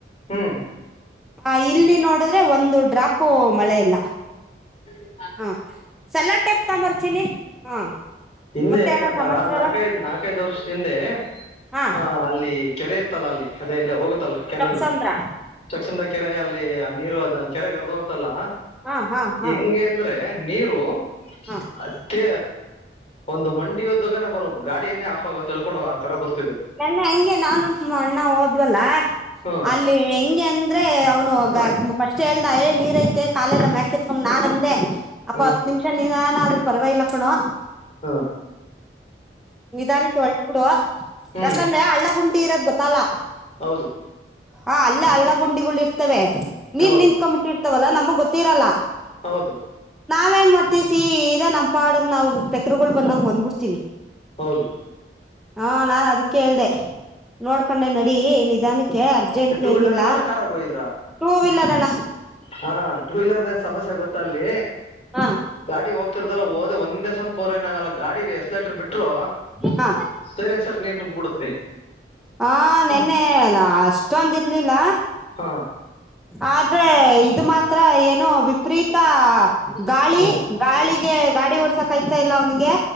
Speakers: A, on the left; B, in the centre.
A: ಹ್ಮ್
B: ಹ ಇಲ್ಲಿ ನೋಡಿದ್ರೆ ಒಂದು ಡ್ರಾಪ್ು ಮಳೆ ಇಲ್ಲ
A: ಹಾ
B: ಹಾ ಸಲ ಟೆಪ್ತಾ ಮರ್ಚಿ ಚಿನ್ನಿ ಹಾ
A: ಹಿಂದೆ
B: ಮತ್ತೆ
A: ಈಗಂದ
B: ಅಣ್ಣ ಸಮಾಚಾರ
A: ನಾಲ್ಕೈದು್ ನಾಲ್ಕೈದು ವರ್ಷ ಹಿಂದೆ
B: ಹಾ
A: ಆ ಅಲ್ಲಿ ಕೆರೆ ಲ್ಲ ಅಲ್ಲಿ ಅದೇ ಇಲ್ಲ ಹೋಗುತ್ತಲ್ಲ ಕೆನಲ್
B: ಚೊಕ್ಕಸಂದ್ರ
A: ಚಕ್ಷನ್ದಾಗಿ ಕೆರೆ ಅಲ್ಲಿ ನೀರು ಅದು ಕೆರೆ ಗರ್ದ ಹೋಗುತಲ್ಲಾ
B: ಹಾ ಹಾ ಹಾ
A: ಹೆಂಗೆ
B: ಹಾ
A: ಅಂದ್ರೆ ನೀರುತ್ಯ
B: ಹಾ.
A: ಒಂದು ಮಂಡಿಿಯದ್ದು ನನ ಬರೋ ಗಾಡಿಯೇ ಆಫ ಆೋ ತ ತಿಳ್ಕೊಂಡೋಗ ಆ ತರ ಬರುತ್ತ
B: ನನ್ನೆ ಹಂಗೆ ನಾನು ನಮ್ಮ ಅಣ್ಣ ಹೋದ್ವಲ್ಲ
A: ಹ್ಮ್
B: ಅಲ್ಲಿ ಹೆಂಗೆ ಅಂದ್ರೆ ಅವ್ನು
A: ಹ
B: ಫಸ್ಟ್ ಹ ಏ ನೀರ್ ಐತೆ ಕಾಲೆಲ್ಲಾ ಮ್ಯಾಕತ್ಕೊಂಡ್ ನಾನ್ ಅಂದೆ ಅಪ್ಪ
A: ಹ
B: ಹತ್ ನಿಮಿಷ ನಿಧನ ಪರ್ವಾಗಿಲ್ಲ ಕಣೋ
A: ಹಾ
B: ನಿಧಾನಕ್ಕೆ ಓಲ್ಟ್ಬಿಡು ಬಿಡು
A: ಹ್ಮ್
B: ಯಾಕಂದ್ರೆ ಹಳ್ಳ ಗುಂಡಿ ಇರೋದ್ ಗೊತ್ತಲ್ಲ
A: ಹೌದು
B: ಹಾ ಅಲ್ಲೇ ಹಳ್ಳ ಗುಂಡಿಗಳು ಇರ್ತವೆ ನೀರ್
A: ಹೌದು
B: ನಿತ್ಕೊ್ಂಬಿಟ್ಟಿ ಇರ್ತವಲ್ಲಾ ನಮಗ್ ಗೊತ್ತಿರಲ್ಲ
A: ಹೌದು
B: ನಾವ ಏನ್ ಮಾಡ್ತೀವಿ ಸಿ ಇದ ನಂಪಾಡ ನಾವು ಪೆಕ್ರಗಳು ಬಂದಂಗ್ ಬಂದ್ಬಿಡ್ತಿೀವಿ
A: ಹೌದು
B: ಹಾ ನಾ ಅದಕ್ಕೆೇಳ್ದೆ ನೋಡ್ಕೊಂಡೆ ನಡಿ ನಿಧಾನಕ್ಕೆ ಅೆ ಅರ್ಜೆಂಟ್
A: ಟೂ
B: ಏನಿಲ್ಲ
A: ವೀಲರ್ಗಾರ ಕಾರಾಗ ಹೋಗಿದ್ರಾ
B: ಟೂ ವೀಲರ್ ಅಣ್ಣಾ
A: ಹಾ ಟೂ ವೀಲರ್ದ ಏನ್ ಸಮಸ್ಯೆ ಗೊತ್ತ ಅಲ್ಲಿ
B: ಹಾ
A: ಗಾಡಿ ಹೋಗ್ತಿರ್ತಲ್ಲ ಹೋದ ಒಂದೇ ಮ ಕೋರ್ ಏನ ಆಗಲ್ಲ ಗಾಡಿ ಎಸ್ಲೇಟರ್ ಬಿಟ್ಟರು
B: ಹ
A: ಸೈಲೆನ್ ಸರ್ ನೀರ್ ನುಗ್ಬ ಬಿಡುತ್ತೆ
B: ಹಾ
A: ಹಾ
B: ನೆನ್ನೆ ಅಷ್ಟೊಂದ ಇರ್ಲಿಲ್ಲ
A: ಹಾ
B: ಆದ್ರೆ ಇದು ಮಾತ್ರ ಏನುೋ ವಿಪರೀತ ಗಾಳಿ
A: ಹ್ಮ್
B: ಗಾಳಿಗೆ ಗಾಳಿ ಓಡ್ಸ ಕಯ್ತಾ ಇಲ್ಲ ಅವನಿಗೆ